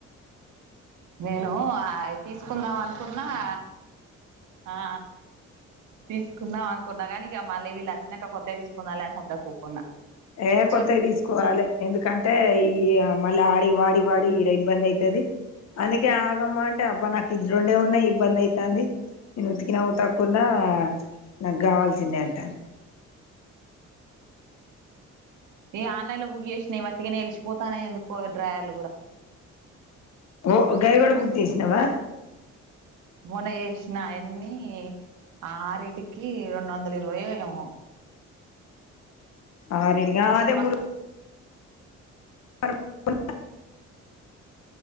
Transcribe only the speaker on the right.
నేను అయి తీసుకుందాం అను ఉన్నవా ఆ తీసుకుందాం అనుకున్నా కానీ ఇక మళ్ళీ వీళ్ళచ్చినాక కొత్తవి తీసుకుందాలే అని సప్పుడేక్ ఊకున్నా
చెప్
ఏ ఆన్లైన్ లో బుక్ చేస్ నాయి వట్టిగానే ఎల్సిపోతానాయి ఎందుకు కో డ్రయర్లు కూడా
మోన్న చేసిన ఎన్ని ఆరీటికి రెండు వందల ఇరవై ఓ ఏమో
అసలు
మస్త్